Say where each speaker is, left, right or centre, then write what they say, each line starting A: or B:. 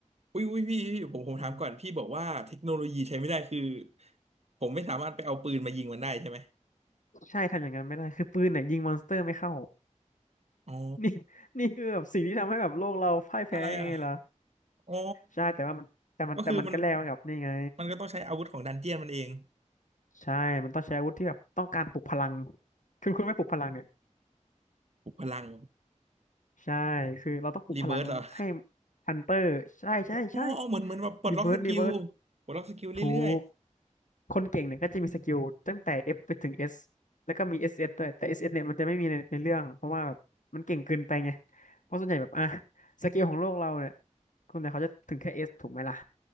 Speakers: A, on the right; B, on the left.
A: อุ้ยอุ้ยพี่พี่ผมผมถามก่อนพี่บอกว่าเทคโนโลยีใช้ไม่ได้คือ
B: อืม
A: ผมไม่สามารถไปเอาปืนมายิงมันได้ใช่ไหม
B: ใช่ทำอย่างนั้นไม่ได้คือปืนเนี่ยยิงมอนสเตอร์ไม่เข้า
A: อ๋อ
B: นี่ <laughs> นี่คือแบบสิ่งที่ทำให้แบบโลกเราพ่ายแพ้ไงล่ะ
A: อะไรอ่ะอ๋อ
B: ใช่แต่ว่ามันแต่มันแต่มันก็แลกมากับนี่ไง
A: ก็คือมันมันก็ต้องใช้อาวุธของดันเจียนมันเอง
B: ใช่ มันต้องใช้อาวุธที่แบบต้องการปลุกพลังคุณคุณไม่ปลุกพลังเนี่ย
A: ปลุกพลัง
B: ใช่คือเราต้องปลุกพลังให้
A: รีเบิร์สเหรอ
B: ฮันเตอร์ใช่ใช่ใช่
A: อ๋อเหมือนเหมือนแบบปลดล็อกสกิล
B: รีเวิร์สรีเวิร์ส
A: ปลดล็อกสกิลเรื่อย
B: ถูก คนเก่งเนี่ยก็จะมีสกิลตั้งแต่ F ไปถึง S แล้วก็มี SS ด้วยแต่ SS เอสเนี่ยมันจะไม่มีในในเรื่อง เพราะว่าแบบมันเก่งเกินไปไง เพราะส่วนใหญ่แบบอ่ะสกิลของโลกเราเนี่ยคนเนี่ยเขาจะถึงแค่ S ถูกไหมล่ะ